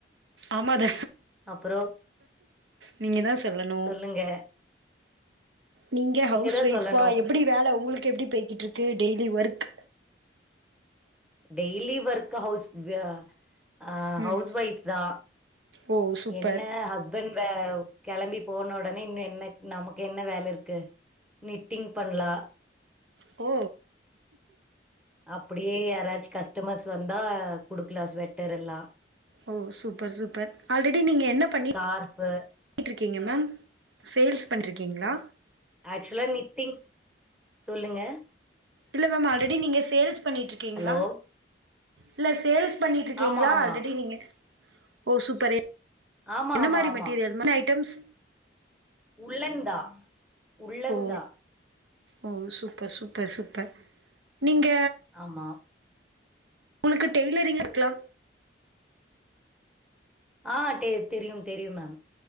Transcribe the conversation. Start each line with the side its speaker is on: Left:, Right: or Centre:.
Right: ஆமா த
Centre: அப்புறோ
Right: நீங்க தா சொல்லணும்
Centre: சொல்லுங்க
Right: நீங்க ஹவுஸ்
Centre: தா
Right: ஒய்ஃபா
Centre: சொல்லணு
Right: எப்படி வேல உங்களுக்கு எப்படி போய்க்ட்டு இருக்கு daily work
Centre: daily work house வ்யா அ
Right: ம்
Centre: ஹவுஸ் ஒய்ஃப் தா
Right: ஓ சூப்பர்
Centre: என்ன ஹஸ்பண் வ களம்பி போன ஒடனே இன்னு என்ன நமக்கு என்ன வேலருக்கு நெட்டிங் பண்லா
Right: ஓ
Centre: அப்படியே யாராச்சு கஸ்டமர்ஸ் வந்தா குடுக்கலா ஸ்வெட்டர் எல்லா
Right: ஓ சூப்பர் சூப்பர் ஆல்ரெடி நீங்க என்ன பண்ணி
Centre: ஸ்கார்ஃபு
Right: ட்ருக்கீங்க மேம் மேம் சேல்ஸ் பண்ட்ருக்கீங்களா
Centre: ஆக்சுலா நித்திங் சொல்லுங்க
Right: இல்ல மேம் ஆல்ரெடி நீங்க சேல்ஸ் பண்ணிட்ருக்கீங்களா
Centre: ஹலோ
Right: இல்ல சேல்ஸ் பண்ணிட்ருக்கீங்களா
Centre: ஆமா ஆமா
Right: ஆல்ரெடி நீங்க ஓ சூப்பரே
Centre: ஆமா
Right: என்ன
Centre: ஆமா
Right: மாரி
Centre: ஆமா
Right: மெட்டீரியல் என்ன ஐட்டம்ஸ்
Centre: உள்ள ருந்தா உள்ளந்தா
Right: ஓ ஓ சூப்பர் சூப்பர் சூப்பர் நீங்க
Centre: ஆமா
Right: உங்களுக்கு டெய்லரிங் வொர்க்லா
Centre: ஆ தெரியு தெரியு மேம்